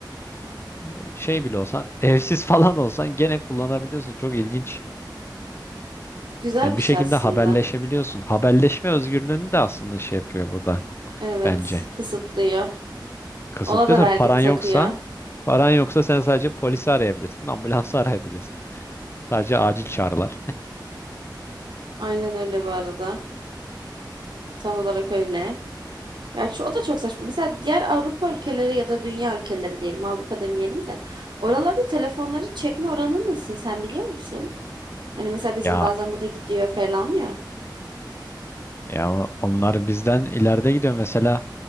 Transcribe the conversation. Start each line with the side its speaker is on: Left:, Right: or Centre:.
Left: e, şey bile olsa <laughs> evsiz falan olsan gene kullanabiliyorsun. Çok ilginç.
Right: Güzel
Left: Yani
Right: bir
Left: bir
Right: şey
Left: şekilde
Right: aslında.
Left: haberleşebiliyorsun. Haberleşme özgürlüğünü de aslında şey yapıyor burada
Right: Evet.
Left: bence.
Right: Kısıtlıyor.
Left: Kısıtlıyor
Right: Ona da
Left: tabii
Right: vergi
Left: paran
Right: takıyor.
Left: yoksa paran yoksa sen sadece polisi arayabilirsin, ambulansı <laughs> arayabilirsin. Sadece acil çağrılar.
Right: Aynen öyle bu arada. Tam olarak öyle. Ya şu, o da çok saçma. Mesela diğer Avrupa ülkeleri ya da dünya ülkeleri diyelim, Avrupa demeyelim de. Oralarda telefonları çekme oranı nasıl sen biliyor musun? Hani mesela bizim
Left: Ya
Right: bazen burada gidiyor falan ya.
Left: Ya o- onlar bizden ileride gidiyor. Mesela